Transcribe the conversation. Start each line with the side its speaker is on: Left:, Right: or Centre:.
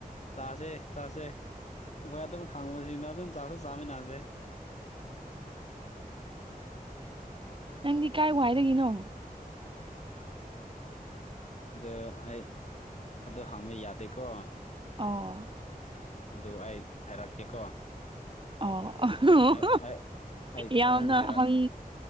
Left: ꯆꯥꯁꯦ ꯆꯥꯁꯦ ꯑꯩꯈꯣꯏ ꯑꯗꯨꯝ ꯈꯪꯕꯁꯤꯡꯗ ꯑꯗꯨꯝ ꯆꯥꯛꯁꯨ ꯆꯥꯃꯤꯟꯅꯁꯦ
Right: ꯅꯪꯗꯤ ꯀꯥꯏ ꯋꯥꯏꯗꯒꯤꯅꯣ
Left: ꯑ ꯑꯩ ꯑꯗꯨ ꯍꯥꯡꯕ ꯌꯥꯗꯦꯀꯣ
Right: ꯑꯣ
Left: ꯑꯗꯨ ꯑꯩ ꯍꯥꯏꯔꯛꯀꯦꯀꯣ
Right: ꯑꯣ
Left: ꯑꯩ ꯑꯩ
Right: ꯌꯥꯝꯅ
Left: ꯍꯣꯔꯦꯟ ꯍꯥꯏꯔꯛ
Right: ꯍꯪ